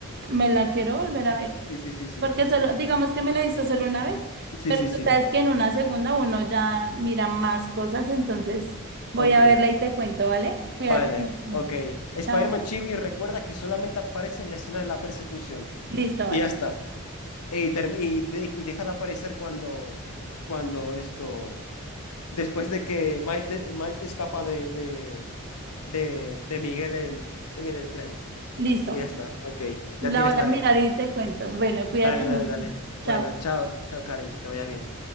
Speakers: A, on the right (about 45°); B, on the left (about 90°).
A: me la quiero volver a ver.
B: Sí, sí, sí, sí.
A: Porque solo, digamos que me la hizo solo una vez,
B: Sí,
A: pero
B: sí, sí.
A: tú sabes que en una segunda uno ya mira más cosas, entonces voy
B: Ok,
A: a verla y te cuento, ¿vale? Cuídate
B: vale,
A: mucho.
B: ok. Spider-Man
A: Chao.
B: Chibi recuerda que solamente aparece en la escena de la persecución.
A: Listo,
B: Y
A: vale.
B: ya está. Y, term- y de- y deja de aparecer cuando, cuando esto, Después de que Miles, de- Miles escapa de, de, de, de Miguel en, en el tren.
A: Listo.
B: Y ya está, ok,
A: La
B: ya tienes
A: voy
B: tarea.
A: a mirar y te cuento. Bueno, cuídate
B: Dale, dale,
A: mucho.
B: dale.
A: Chao.
B: Bueno, chao, chao Karen, que te vaya bien.